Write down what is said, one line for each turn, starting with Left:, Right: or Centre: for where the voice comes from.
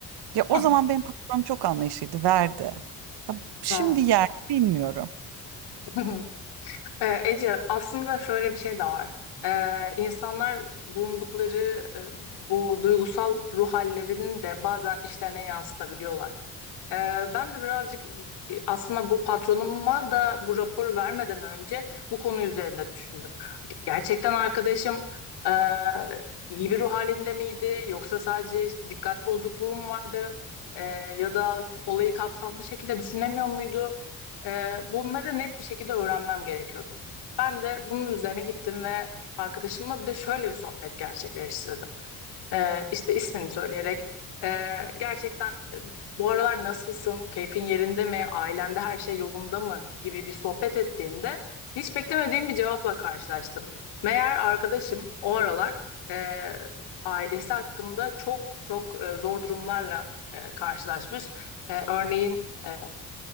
Right: ya o
Left: Hı
Right: zaman
Left: hı.
Right: benim patronum çok anlayışlıydı, verdi. Ya şimdi
Left: Doğru.
Right: yer mi bilmiyorum.
Left: <laughs> E, Ece, aslında şöyle bir şey de var. E, insanlar bulundukları e, bu duygusal ruh hallerini de bazen işlerine yansıtabiliyorlar. Ee, Ben de birazcık e, aslında bu patronuma da bu raporu vermeden önce bu konu üzerinde düşündüm. Gerçekten arkadaşım e, iyi bir ruh halinde miydi yoksa sadece dikkat bozukluğu mu vardı E, ya da olayı kapsamlı şekilde düşünemiyor muydu? E, bunları net bir şekilde öğrenmem gerekiyordu. Ben de bunun üzerine gittim ve arkadaşımla bir de şöyle bir sohbet gerçekleştirdim. Ee, işte ismini söyleyerek ee, gerçekten e, bu aralar nasılsın, keyfin yerinde mi, ailende her şey yolunda mı gibi bir sohbet ettiğimde hiç beklemediğim bir cevapla karşılaştım. Meğer arkadaşım o aralar ee, ailesi hakkında çok çok e, zor durumlarla e, karşılaşmış. E, örneğin e,